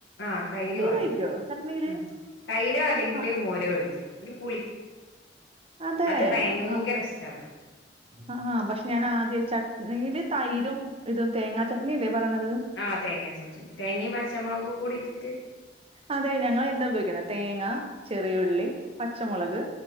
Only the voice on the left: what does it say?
ആഹ് തൈര് പാരും
ഇവിടെ
ഉം തൈരോ അല്ലെങ്കില്
മോരോ ഒഴിക്കും ഒരു പുളി
ഇത് ഭയങ്കര
ഇഷ്ട ഇവടെ
ആഹ് തേങ്ങ ചട്ടനി തേങ്ങയും പച്ചമുളകും കൂടി ഇട്ടിട്ട്